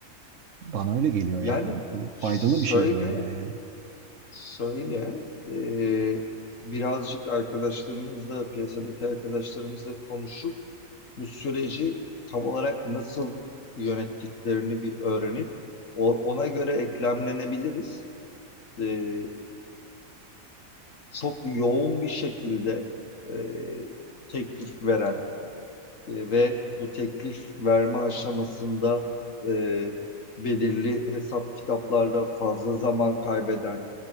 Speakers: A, on the right; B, on the left.
A: Bana öyle geliyor
B: Yani
A: yani. Bu, bu
B: şöyle
A: faydalı bir şey gibi duruyor yani.
B: Söyle, eee, birazcık arkadaşlarımızla, piyasadaki arkadaşlarımızla konuşup bu süreci tam olarak nasıl yönettiklerini bir öğrenip o- ona göre eklemlenebiliriz. Eee, çok yoğun bir şekilde eee, teklif veren e, ve bu teklif verme aşamasında e, belirli hesap kitaplarla fazla zaman kaybeden